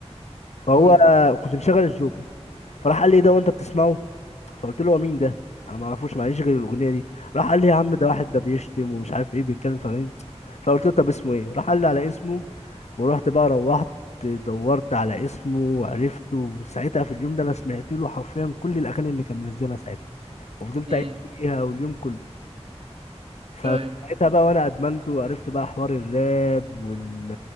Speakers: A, on the left (about 75°); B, on the right (about 60°).
A: فهو
B: امم
A: كنت مشغل الجوكر فراح قال لي إيه ده وانت بتسمعه فقلت له هو مين ده انا ما اعرفوش معليش غير الاغنيه دي راح قال لي يا عم ده واحد ده بيشتم ومش عارف ايه بيتكلم في أغاني. فقلت له طب اسمه ايه راح قال لي على اسمه ورحت بقى روحت دورت على اسمه وعرفته وساعتها في اليوم ده انا سمعت له حرفيا كل الاغاني اللي كان منزلها ساعتها وفضلت
B: امم
A: قاعد فيها واليوم كله فساعتها
B: ايوه
A: بقى وانا ادمنته وعرفت بقى حوار الراب وال...